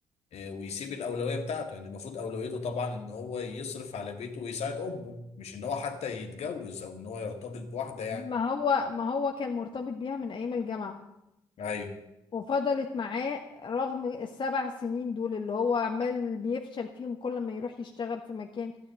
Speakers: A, on the left; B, on the left.
A: آه، ويسيب الأولوية بتاعته يعني المفروض أولويته طبعا إن هو يصرف على بيته ويساعد أمه مش إن هو حتى يتجوز أو إن هو يرتبط بواحدة يعني
B: ما هو ما هو كان مرتبط بيها من ايام الجامعة
A: أيوه
B: وفضلت معاه رغم السبع سنين دول اللي هو عمال بيفشل فيهم كل ما يروح يشتغل في مكان